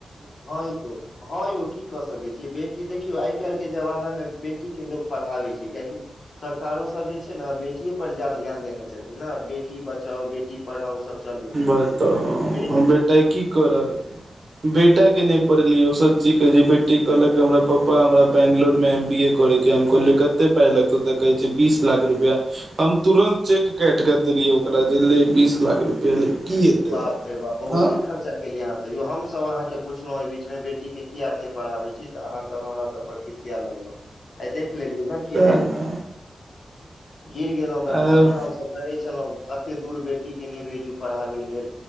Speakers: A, on the left (about 50°); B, on the right (about 55°).
A: हं यौ। हँ यौ की क सकै छीयै बेटी देखियौ आइ काल्हि के जमाना मे बेटी के लोक पढ़ाबै छै कियेकि सरकारो सब जे छै ने बेटीेये पर जादा ध्यान देने छथिन ने बेटी बचाओ बेटी पढ़ाओ सब चलैत रहै
B: बताउऽ
A: छै बेटी
B: आ बेटा की करत बेटा के नहि पढ़ेलीयै यौ सच्ची कहै छै बेटी कहलक कि हमरा पप्पा हमरा बेैंगलोर मे एम बी ए करे के अई हम कहलियै कते पाइ लगतौ त कहे छै बीस लाख रुपया हम तुरन्त चेक काइट कऽ देलियै ओकरा जे ले बीस लाख रुपआ ले। की हेतै
A: बाप
B: आब
A: रे बाप बहुते
B: हँ
A: खर्चा केलियै अहाँ त यौ हमसभ अहाँके पुछलहुँ ओहि बीचमे बेटीके किया एते पढ़ाबै छी तऽ अहाँ सब हमरा सब पर खिसिये लगलौं आइ देख लेलियै ने की
B: सैह
A: भेल
B: न
A: गिर गेलहुं
B: आ
A: गड्ढा में हमसभ करहै छलहुँं अते दूर बेटी के नहि भेजू पढ़ाबे लेल